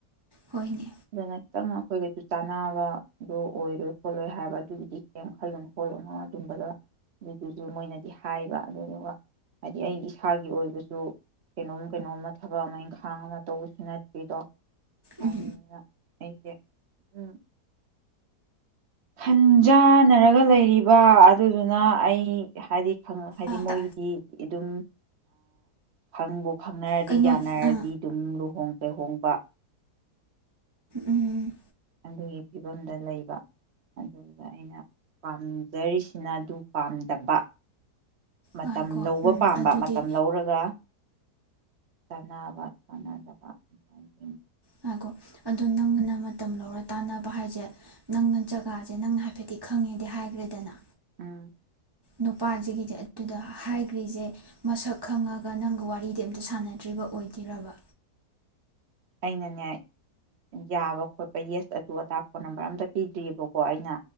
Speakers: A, on the right; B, on the right.
A: ꯍꯣꯏꯅꯦ
B: ꯑꯗꯨꯅꯛꯇ ꯉ ꯑꯩꯈꯣꯏꯒꯗꯤ ꯆꯥꯟꯅꯕꯗꯣ ꯑꯣꯏꯔꯣꯏ ꯈꯣꯠꯂꯣꯏ ꯍꯥꯏꯕ ꯑꯗꯨꯒꯤꯗꯤ ꯀꯩꯝ ꯈꯜꯂꯨꯅꯨ ꯈꯣꯠꯂꯨꯅꯨ ꯑꯗꯨꯝꯕꯗꯣ ꯑꯗꯨꯗꯨꯁꯨ ꯃꯣꯏꯅꯗꯤ ꯍꯥꯏꯕ ꯑꯗꯨꯗꯨꯒ ꯍꯥꯏꯗꯤ ꯑꯩ ꯏꯁꯥꯒꯤ ꯑꯣꯏꯕꯁꯨ ꯀꯩꯅꯣꯝ ꯀꯩꯅꯣꯝꯃ ꯊꯕꯛ ꯑꯃ ꯏꯪꯈꯥꯡ ꯑꯃ ꯇꯧꯕꯁꯨ ꯅꯠꯇ꯭ꯦꯗꯣ ꯑ
A: ꯎꯝ
B: ꯑꯩ ꯎ ꯍ ꯆꯥꯟꯅꯔꯒ ꯂꯩꯔꯤꯕ ꯑꯗꯨꯗꯨꯅ ꯑꯩ ꯍꯥꯏꯗꯤ ꯍꯥꯏꯗꯤ
A: ꯑ
B: ꯃꯣꯏꯒꯤꯗꯤ
A: ꯇ
B: ꯑꯗꯨꯝ ꯈꯪꯕ ꯐꯪꯅꯔꯗꯤ
A: ꯀꯩꯅꯣ
B: ꯌꯥꯅꯔꯗꯤ
A: ꯑ
B: ꯑꯗꯨꯝ ꯂꯨꯍꯣꯡ ꯂꯨꯍꯣꯡꯕ
A: ꯎꯝ
B: ꯑꯗ ꯐꯤꯕꯝꯗ ꯂꯩꯕ ꯑꯗꯨꯒ ꯑꯗ ꯑꯩꯅ ꯄꯥꯝꯖꯔꯤꯁꯤꯅ ꯑꯗꯨ ꯄꯥꯝꯗꯕ ꯃꯇꯝ
A: ꯉꯥꯏꯈꯣ
B: ꯂꯧꯕ
A: ꯎꯝ
B: ꯄꯥꯝꯕ
A: ꯑꯗꯨꯗꯤ
B: ꯃꯇꯝ ꯂꯧꯔꯒ ꯆꯥꯅꯕ ꯀꯥꯟꯅꯗꯕ ꯑꯗꯨꯅ
A: ꯍꯥꯏꯀꯣ ꯑꯗ ꯅꯪꯅ ꯃꯇꯝ ꯂꯧꯔ ꯇꯥꯟꯅꯕ ꯍꯥꯏꯁꯦ ꯅꯪꯅ ꯖꯒꯥꯁꯦ ꯅꯪꯅ ꯍꯥꯏꯐꯦꯗꯤ ꯈꯪꯉꯦꯗꯤ ꯍꯥꯏꯈ꯭ꯔꯦꯗꯅ
B: ꯎꯝ
A: ꯅꯨꯄꯥꯁꯤꯒꯤꯗꯤ ꯑꯗꯨꯗ ꯍꯥꯏꯈ꯭ꯔꯤꯁꯦ ꯃꯁꯛ ꯈꯪꯉꯒ ꯅꯪꯒ ꯋꯥꯔꯤꯗꯤ ꯑꯝꯇ ꯁꯥꯟꯅꯗ꯭ꯔꯤꯕ ꯑꯣꯏꯗꯣꯏꯔꯕ
B: ꯑꯩꯅꯅꯦ ꯌꯥꯕ ꯈꯣꯠꯄ ꯌꯦꯁ ꯑꯗꯨ ꯑꯗꯥ ꯐꯣꯟ ꯅꯝꯕꯔ ꯑꯝꯇ ꯄꯤꯗ꯭ꯔꯤꯑꯕꯀꯣ ꯑꯩꯅ